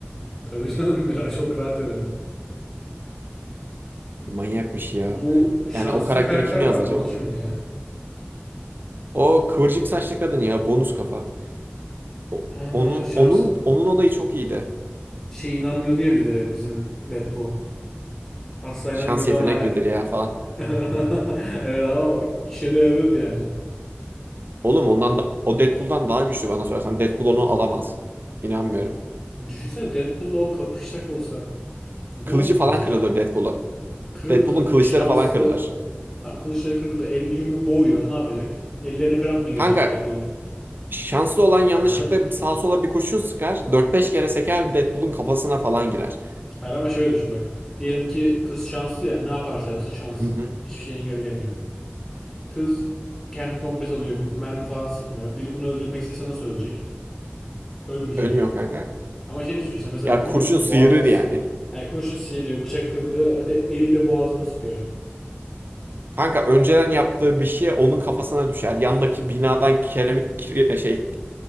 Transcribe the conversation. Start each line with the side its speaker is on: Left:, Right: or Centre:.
Left: Tabii canım <laughs> Mela çok rahat yanımda.
Right: Manyak bir şey ya.
Left: Bu şanslı
Right: Yani o karakteri
Left: bir karakter
Right: kim
Left: vardı
Right: yazdı acaba?
Left: o kimdi ya?
Right: O kıvırcık saçlı kadın ya bonus kafa. O-
Left: Ha,
Right: Onun
Left: şans.
Right: onun onun olayı çok iyiydi.
Left: Şey inanmıyor diye bir de bizim Deadpool. Asla
Right: Şans
Left: inanmıyordu
Right: yetenek
Left: ama
Right: midir ya falan.
Left: <laughs> evet ama o işe de yarıyordu yani.
Right: Oğlum ondan da o Deadpool'dan daha güçlü bana sorarsan. Deadpool onu alamaz. İnanmıyorum.
Left: Düşünsene Deadpool'la o kapışacak olsa ne
Right: Kılıcı
Left: olur
Right: falan
Left: mesela?
Right: kırılır Deadpool'un.
Left: Kırıldı
Right: Deadpool'un kılıçları
Left: şanslı
Right: falan kırılır.
Left: Tam kılıçları kırıldı. El yumruk boğuyor. Ne yapacak? Ellerine kramp mı girecek
Right: Kanka
Left: Deadpool'un?
Right: şanslı olan yanlışlıkla
Left: <laughs>
Right: sağa sola bir kurşun sıkar. dört beş kere seker Deadpool'un kafasına falan girer.
Left: Hayır ama şöyle düşün bak. Diyelim ki kız şanslı ya. Ne yaparsa yapsın şanslı.
Right: Hı hı.
Left: Hiçbir şey engelleyemiyor. Kız kendini komple salıyor. Mermi falan sıkmıyor. Biri bunu öldürmek istese nasıl ölecek? Ölmeyecek
Right: Ölmüyor
Left: herhalde.
Right: kanka.
Left: Ama şey düşün işte mesela
Right: Ya
Left: dedim
Right: kurşun
Left: ya
Right: sıyırır
Left: boğazını sıkıyor.
Right: yani.
Left: Yani kurşun sıyırıyor, bıçak kırılıyor. Hadi eliyle boğazını sıkıyor.
Right: Kanka önceden yaptığı bir şey onun kafasına düşer. Yandaki binadan kerem, kire- şey